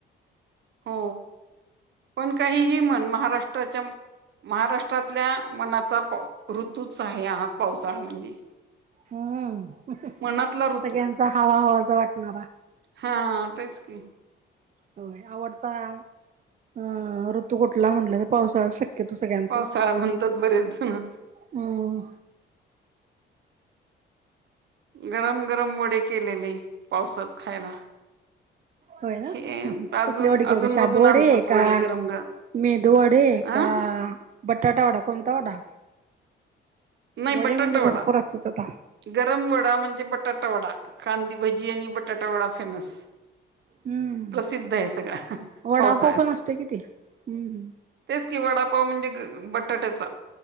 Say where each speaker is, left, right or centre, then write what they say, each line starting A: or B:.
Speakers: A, on the right (about 65°); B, on the right (about 40°).
A: हो पण काहीही म्हण महाराष्ट्राच्या महाराष्ट्रातल्या मनाचा ऋतूच आहे हा पावसाळा म्हणजे
B: हम्म
A: मनातला ऋतू
B: सगळ्यांचा हवा हवाचा वाटणारा.
A: हा तेच क.
B: होय आवडता अत तू कुठला म्हटलं तर पावसाळा शक्य तू सगळ्यांच
A: पावसाळा
B: इथ
A: म्हणतात बरेच जण.
B: ह.
A: गरम गरम वडे केलेले पावसात खायला.
B: होय ना
A: हे तर अजून
B: कसली ओढे केली
A: अधूनमधून
B: तु शाब ओढ
A: आणतात
B: आहे
A: वडे
B: का.
A: गरम गरम
B: मेदू वडे
A: अ
B: का बटाटा वडा कोणता वडा?
A: नाही
B: वडे
A: बटाटा
B: म्हणजे
A: वडा.
B: भरपूर असतात आता‌‌.
A: गरम वडा म्हणजे बटाटा वडा खांदीभजी आणि बटाटा वडा फेमस.
B: हम्म
A: प्रसिद्ध आहे सगळा
B: वडापाव
A: पावसाळ्यात.
B: पण असते कि ते हम्म
A: तेच कि वडापाव म्हणजे बटाट्याचा